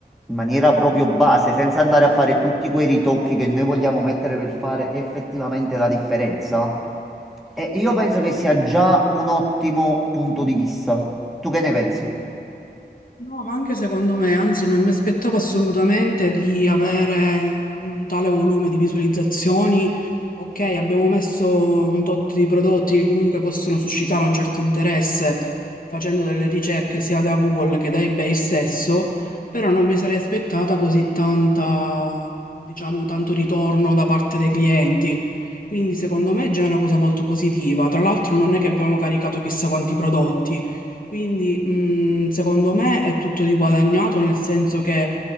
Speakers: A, in the centre; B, on the left.
A: in maniera proprio base, senza andare a fare tutti quei ritocchi che noi vogliamo mettere per fare effettivamente la differenza, eh,
B: Sì.
A: io penso che sia già un ottimo punto di vista. Tu che ne pensi?
B: No, ma anche secondo me, anzi, non mi aspettavo assolutamente di avere un tale volume di visualizzazioni. Ok, abbiamo messo un tot di prodotti che comunque possono suscitare un certo interesse facendo delle ricerche sia da Google che da eBay stesso, però non mi sarei aspettata così tanta, diciamo, tanto ritorno da parte dei clienti. Quindi secondo me è già una cosa molto positiva. Tra l'altro non è che abbiamo caricato chissà quanti prodotti. Quindi, mh, secondo me è tutto riguadagnato, nel senso che